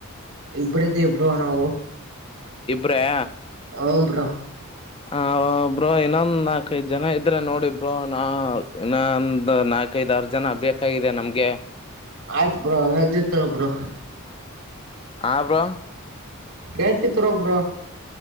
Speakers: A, on the right; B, on the left.
A: ಇಬ್ರ್ ಇದ್ದೀವಿ ಬ್ರೋ ನಾವು
B: ಇಬ್ರ್ಯೆ
A: ಹೂಂ ಬ್ರೋ
B: ಹ ಬ್ರೋ ಇನ್ನೊಂದು ನಾಲ್ಕೈದು ಜನ ಇದ್ರೆ ನೋಡಿ ಬ್ರೋ ನಾ ಇನ್ನೊಂದು ನಾಲ್ಕೈದ ಆರು ಜನ ಬೇಕಾಗಿದೆ ನಮ್ಗೆ
A: ಆಯ್ತ್ ಬ್ರೋ ಹೇಳ್ತಿರ್ತಾರ ಬ್ರೋ
B: ಆ ಬ್ರೋ
A: ಕೇಳ್ತೀರ್ತಾರೋ ಬ್ರೋ